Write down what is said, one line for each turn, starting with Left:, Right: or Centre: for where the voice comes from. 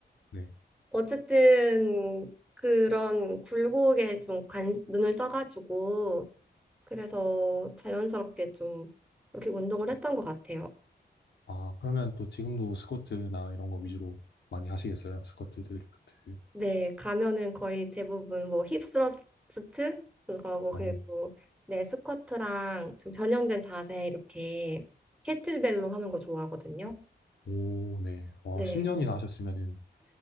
Left: 네.
Centre: 어쨌든 그런 굴곡에 좀 관, 눈을 떠가지고, 그래서 자연스럽게 좀 이렇게 운동을 했던 것 같아요.
Left: 아, 그러면 또 지금도 스쿼트나 이런 거 위주로 많이 하시겠어요? 스쿼트, 데드리프트.
Centre: 네, 가면은 거의 대부분 뭐 힙스러스트? 그거 뭐 그리고
Left: 어,
Centre: 네, 스쿼트랑 좀 변형된 자세 이렇게 캐틀벨로 하는 거 좋아하거든요.
Left: 오, 네. 와,
Centre: 네.
Left: 10년이나 하셨으면은